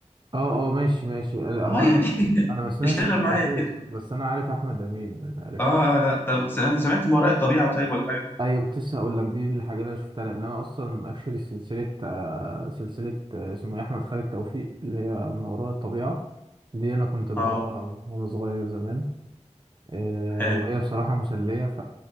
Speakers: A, on the right; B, on the left.
A: اه اه ماشي ماشي لا،
B: اه
A: هو انا
B: يعني
A: انا
B: <laughs>
A: ما سمعتش
B: اشتغل
A: البلاتو
B: معايا كده
A: بس انا عارف احمد امين عرفت
B: اه آه، لا طب سمعت سمعت ما وراء الطبيعة طيب ولا حاجة
A: ايوه كنت لسه هقول لك دي الحاجه اللي انا شفتها لان انا اصلا اكشولي سلسله آه، سلسله آه، اسمه إيه، احمد خالد توفيق اللي هي ما وراء الطبيعه دي انا كنت بقراها
B: اه
A: وانا صغير زمان آه،
B: حلو
A: وهي بصراحه مسليه ف